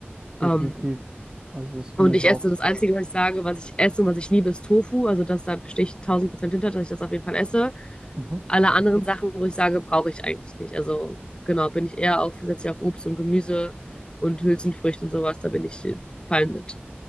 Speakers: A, on the left; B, on the right.
A: Ähm,
B: Definitiv. Also das finde
A: und
B: ich
A: ich
B: auch.
A: esse das Einzige, was ich sage, was ich esse und was ich liebe, ist Tofu. Also das, da stehe ich 1000 Prozent hinter, dass ich das auf jeden Fall esse.
B: Mhm.
A: Alle anderen Sachen, wo ich sage, brauche ich eigentlich nicht. Also genau, bin ich eher auf, setze ich auf Obst und Gemüse und Hülsenfrüchte und sowas, da bin ich äh, fein mit.